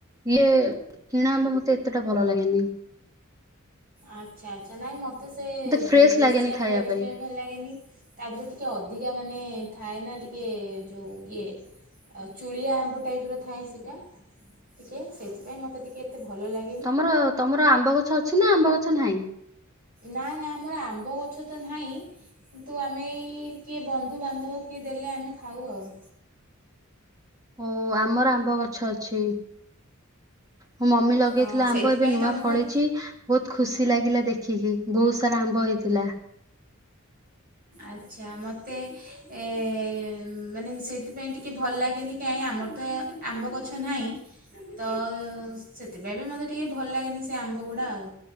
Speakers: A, on the right; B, on the right.
A: ଇଏ କିଣା ଆମ୍ବ ମତେ ଏତେଟା ଭଲ ଲାଗେନି।
B: ଆଚ୍ଛା ଆଚ୍ଛା ନାଇଁ ମ ତ ସେ
A: ମତେ ଫ୍ରେଶ
B: ଦେଶୀ
A: ଲାଗେନି
B: ଆମ୍ବ
A: ଖାଇବା
B: ଏଇଥିପାଇଁ
A: ପାଇଁ।
B: ଭଲ ଲାଗେନି ତା ଆଗରୁ ଟିକେ ଅଧିକା ମାନେ ଥାଏ ନା ଟିକେ ଯୋ ଇଏ ଆଉ ଚୁଳିଆ ଆମ୍ବ ଟାଇପ୍ ର ଥାଏ ସେଇଟା ଟିକେ ସେଇଥିପାଇଁ ମତେ ଟିକେ ଏତେ ଭଲ ଲା
A: ତମର ତମର ଆମ୍ବ ଗଛ ଅଛି ନା ଆମ୍ବ ଗଛ ନାହିଁ?
B: ନା ନା ଆମର ଆମ୍ବ ଗଛ ତ ନାହିଁ। କିନ୍ତୁ ଆମେ ଏଇ କିଏ ବନ୍ଧୁବାନ୍ଧବ କିଏ ଦେଲେ ଆମେ ଖାଉ ଆଉ।
A: ଓ ଆମର ଆମ୍ବ ଗଛ ଅଛି। ମୋ ମମି ଲଗେଇଥିଲା
B: ଅ, ସେଇଥିପାଇଁ
A: ଆମ୍ବ ଏବେ ନୂଆ
B: ତୁମକୁ
A: ଫଳିଚି। ବହୁତ ଖୁସି ଲାଗିଲା ଦେଖିକି ବହୁତ ସାରା ଆମ୍ବ ହେଇଥିଲା।
B: ଆଚ୍ଛା ମତେ ଏ, ଉଁ, ମାନେ ସେଇଥିପାଇଁ ଟିକେ ଭଲ ଲାଗେନି କାହିଁ ଆମର ତ ଆମ୍ବ ଗଛ ନାହିଁ। ତ ସେଥିପାଇଁ ବି ମୋତେ ଟିକେ ଭଲ ଲାଗେନି ସେ ଆମ୍ବ ଗୁଡା ଆଉ।